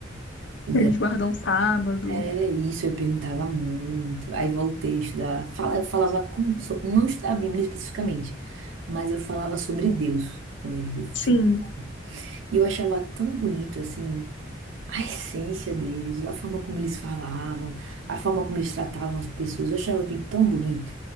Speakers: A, on the right; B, on the left.
A: eles
B: Eles guardam sábado.
A: É isso, eu perguntava muito. Aí voltei a estudar. Fala, eu falava com, so- não estudar a Bíblia especificamente, mas eu falava sobre Deus com eles. Eu se-
B: Sim.
A: E eu achava tão bonito assim a essência deles, a forma como eles falavam, a forma como eles tratavam as pessoas. Eu achava aquilo tão bonito,